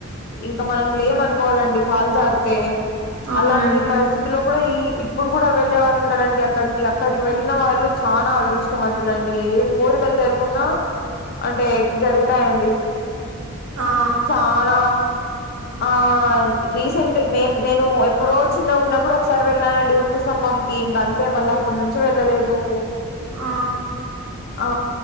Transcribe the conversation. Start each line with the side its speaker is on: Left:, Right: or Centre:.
Left: ఇంకా మనం లేము అనుకోవాలండి కాలు జారితే
Right: అవునండి
Left: అలాంటి పరిస్థితిలో కూడా ఈ ఇప్పుడు కూడా వెళ్ళే వాళ్ళు ఉన్నారండి అక్కడికి అక్కడికి వెళ్ళిన వాళ్ళు చాలా అదృష్టవంతులుండి ఏం కో లు జరుకున్నా అంటే జరుగుతాయండి
Right: ఆ
Left: చానా ఆ రీసెంట్ మేం నేను ఎప్పుడో చిన్న ఉన్నప్పుడు ఒకసారి వెళ్ళానండి కూసమ్మ కి ఇంక అంతే మళ్ళీ అప్పటి నుంచి వెళ్ళలేదు
Right: ఆ
Left: ఆ